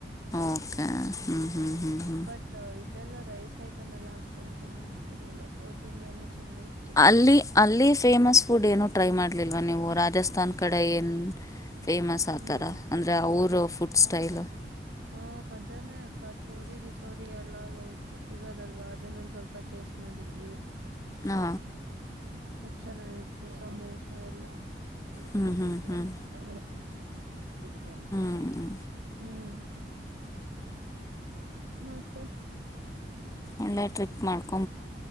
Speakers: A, on the left; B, on the right.
A: ಓಕೆ ಹ್ಞೂ ಹ್ಞೂ
B: ಹಗೆ
A: ಹ್ಞೂ ಹ್ಞೂ
B: ಬಟ್ ಇದೆಲ್ಲಾ ರೈಸ್ ಐಟಮ್ ಎಲ್ಲಾ ಅಷ್ಟು ಒಂದ್ ಚೆನ್ನಾಗಿರ್ತಿರ್ಲಲ್ಲ ಸೌತ್ ಇಂಡಿಯನ್ ಚೆನ್ನಾಗಿರ್ತಿತ್ತು
A: ಅಲ್ಲಿ
B: ಅಷ್ಟೆ
A: ಅಲ್ಲಿ ಫೇಮಸ್ ಫುಡ್ ಏನೂ ಟ್ರೈ ಮಾಡ್ಲಿಲ್ಲ ಇ ನೀವು ರಾಜಸ್ಥಾನ್ ಕಡೆ ಏನ್ ಫೇಮಸ್ ಆ
B: ಹ್ಮ್
A: ಥರ ಅಂದರೆ ಅವರು ಫುಡ್ ಸ್ಟೈಲು
B: ಹ್ಮ ಅದನೇ ಕಚೋರಿ ಗಿಚೋರಿ ಎಲ್ಲ ಲೈಕ್ ಸಿಗೋದಲ್ವಾ ಅದನ್ನೊಂದ್ ಸ್ವಲ್ಪ ಟೇ ಯಶ ಮಾಡಿದ್ವಿ
A: ಹಾ
B: ಚೆನ್ನಾಗಿರ್ತ ಸಮೋಸ ಎಲ್ಲ ಲ್ಲಾಪ
A: ಹ್ಮ್ ಹ್ಮ್ ಹ್ಮ್
B: <unintelligible>
A: ಹ್ಮ್
B: ಹ್ಮ್ ಮತ್ತೆ
A: ಒಳ್ಳೆ ಟ್ರಿಪ್ ಮಾಡು